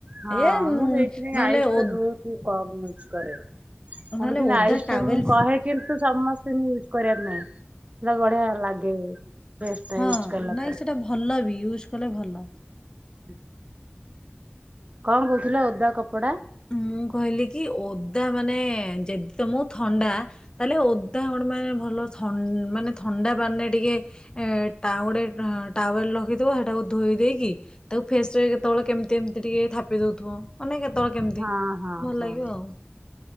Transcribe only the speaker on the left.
ଏ ନହେଲେ
ଓ
ନହେଲେ
ଓଦା
ଟାୱେଲ
ହଁ
ନାଇଁ
ସେଟା ଭଲ ବି ୟୁଜ କଲେ ଭଲ। ଲ।
ମୁଁ କହିଲି କି ଓଦା ମାନେ ଯଦି ତମକୁ ଥଣ୍ଡା ତାହେଲେ ଓଦା ଗୋଟେ ମାନେ ଭଲ ମାନେ ଥଣ୍ଡା ପାଣିରେ ଟିକେ ଗୋଟେ ଟାୱେଲ ରଖିଥିବ ସେଟାକୁ ଧୋଇ ଦେଇକି ତାକୁ ଫ୍ରେସ ରେ କେତେବେଳେ କେମତି ଏମିତି ଟିକେ ଥାପି ଦଉଥିବ ମାନେ କେତେବେଳେ କେମିତି
ଭଲ ଲାଗିବ
ଆଉ।